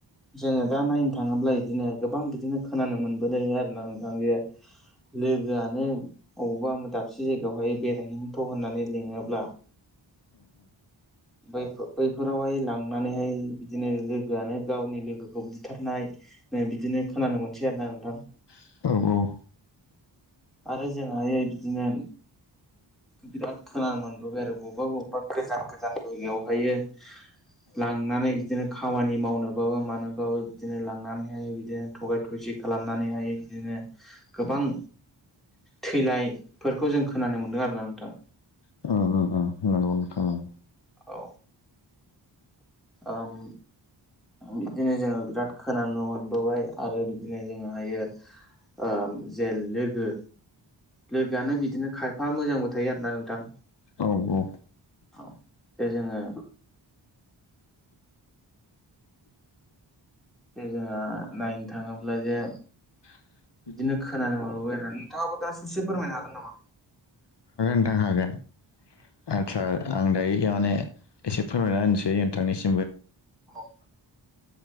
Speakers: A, in the centre; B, on the left.
A: जोङो दा नायनो थाङोब्ला इदिनो गोबां बिदिनो खोनानो मोनबोदों आरो ना नोंथां <unintelligible> लोगोआनो अबावबा दाबसे जायगायावहाय बेरायहैनिथ' होननानै लिङोब्ला बैफो-बैफोरावहाय लांनानैहाय बिदिनो लो गोआनो गावनि लोगोखौ बुथारनाय बिदिनो खोनानो मोनसै आरो ना नोंथां।
B: औ
A: आरो जोंहायो बिदिनो बिराद खोनानो मोनबोबाय आरो बबेबा बबेबा गोजान गोजान जायगायाव हायो लांनानै इदिनो खामानि मावनोबाबो मानोबाबो बिदिनो लांनानैहायो बिदिनो थगाय थसि खालामनानै हायो बिदिनो गोबां थैलायफोरखौ जों खोनानो मोनदों आरो ना नोंथां।
B: <unintelligible> नंगौ नोंथां <unintelligible>
A: औ ओम बिदिनो जोङो बिराद खोनानो मोनबोबाय आरो बिदिनो जोङो हायो ओम जेन लोगो लोगोआनो बिदिनो खायफा मोजांबो थायो आरोना नोंथां
B: औ औ
A: औ <unintelligible> जोङो जे जोंहा नायनो थाङोब्ला जे
B: हागोन
A: बिदिनो खोनानो मोनबोबाय आरो नोंथाङाबो दा ससे फोरमायनो हागोन नामा?
B: नोंथां हागोन आथसा आं दायो माने एसे फोरमायना होनोसै नोंथांनि सिम
A: औ